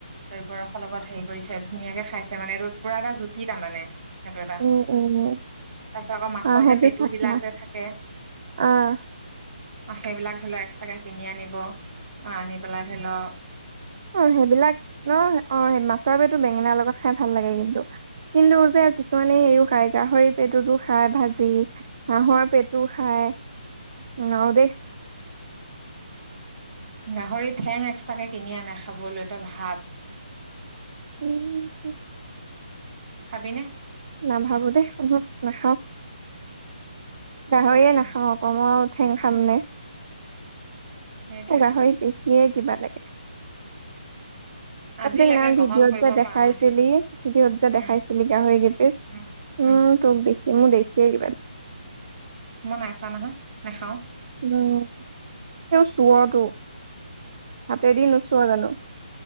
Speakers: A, on the right; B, on the right.
A: দ্ৰব্য ৰসৰ লগত হেৰি কৰিছে ধুনীয়াকে খাইছে মানে এইটো পুৰা এটা জুতি তাৰ মানে। <unintelligible> সেইটো এটা <unintelligible>
B: উম উম
A: তাৰ পিছত আকৌ মাছৰ
B: অ সেইটো
A: যে পেটুবিলাক
B: চাকমা
A: যে থাকে <unintelligible>
B: অ
A: সেইবিলাক ধৰি লওক এক্সট্ৰাকে কিনি আনিব। আহ আনি পেলাই ধৰি ল <unintelligible>
B: অঁ! সেইবিলাক ন <unintelligible> অঁ! মাছৰ পেটু বেঙেনাৰ লগত খাই ভাল লাগে কিন্তু। কিন্তু যে কিছুমানে হেৰি ও খাই গাহৰি <unintelligible> পেটুতো খাই ভাজি, হাঁহৰ পেটটো খাই নোৱাৰো দেই। <unintelligible>
A: গাহৰি ঠেং এক্সট্ৰাকে কিনি আনে খাবলৈ তই ভাৱ। <unintelligible>
B: উম <unintelligible>
A: খাবি নে? <inaudible>
B: নাভাবো দেই। <unintelligible> নাখাওঁ। গাহৰিয়ে নাখাওঁ
A: নাখ
B: আকৌ মই আৰু ঠেং খাম নে। <unintelligible>
A: সেইটোয়েতো
B: মোৰ গাহৰি দেখিয়ে কিবা লাগে। <unintelligible>
A: আজিলৈকে
B: <unintelligible> সেইদিনাখন
A: গ্ৰহণ
B: ভিডিঅত
A: কৰিব
B: যে দেখাইছিলি
A: পৰা নাই
B: ভিডিঅত যে দেখাইছিলি
A: উম,
B: গাহৰি কেই পিচ <unintelligible>
A: উম <inaudible> উম।
B: তোক দেখি মোৰ দেখিয়ে কিবা <unintelligible>
A: মই নাই খোৱা নহয়। নাখাওঁ <unintelligible>
B: উম! তেওঁ চুৱটো হাতেদি নোচোৱা জানো? <unintelligible>